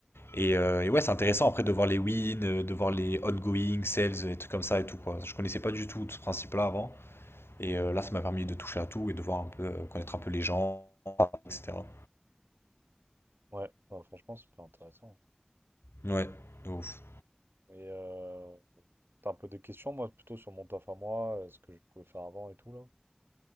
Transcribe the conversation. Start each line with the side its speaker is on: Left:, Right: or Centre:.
Left: Et, euh, et ouais, c'est intéressant après de voir les wins, euh, de voir les ongoing sales, et trucs comme ça et tout quoi. Je connaissais pas du tout ce principe-là avant. Et euh, là, ça m'a permis de toucher à tout et de voir un peu, euh, connaître un peu les gens, etc.
Right: Ouais, bah, franchement, c'est super intéressant.
Left: Ouais, de ouf.
Right: Et euh, t'as un peu des questions, moi, plutôt sur mon taf à moi, euh, ce que je pouvais faire avant et tout, là.